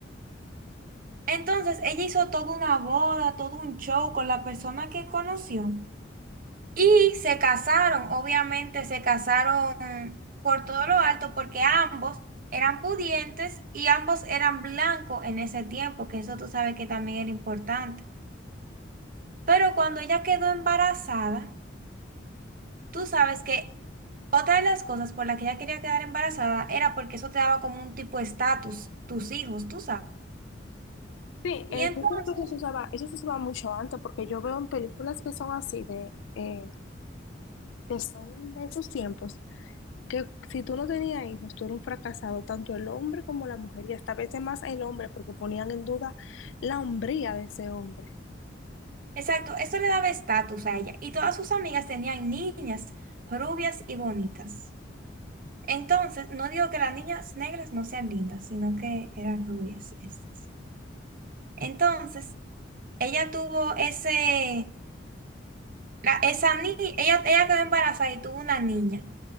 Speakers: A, on the right; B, on the left.
A: Entonces, ella hizo toda una boda, todo un show con la persona que conoció. Y se casaron, obviamente, se casaron por todo lo alto, porque ambos eran pudientes y ambos eran blancos en ese tiempo, que eso tú sabes que también era importante. Pero cuando ella quedó embarazada, Tú sabes que otra de las cosas por las que ella quería quedar embarazada era porque eso te daba como un tipo de estatus, tus hijos, tú sabes.
B: Sí,
A: Y
B: eh,
A: entonces,
B: yo creo que eso se usaba, eso se usaba mucho antes, porque yo veo en películas que son así, de, eh, que son de esos tiempos, que si tú no tenías hijos, tú eras un fracasado, tanto el hombre como la mujer, y hasta a veces más el hombre, porque ponían en duda la hombría de ese hombre.
A: exacto, eso le daba estatus a ella. Y todas sus amigas tenían niñas rubias y bonitas. Entonces, no digo que las niñas negras no sean lindas, sino que eran rubias estas. Entonces, ella tuvo ese, la- esa niña, ella, ella quedó embarazada y tuvo una niña.